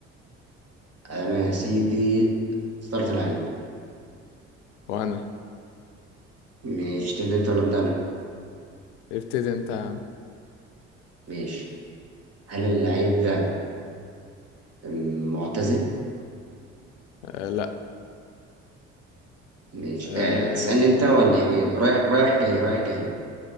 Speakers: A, on the right; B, on the left.
A: انا يا سيدي اخترت لعيب
B: وأنا
A: ماشي تبدا انت ولا ابدا انا
B: ابتدي أنت يا عم
A: ماشي هل اللعيب ده أم، معتزل
B: آه لأ
A: ماشي
B: آه
A: أه تسألني انت ولا يعني رايح رايح جاي رايح جاي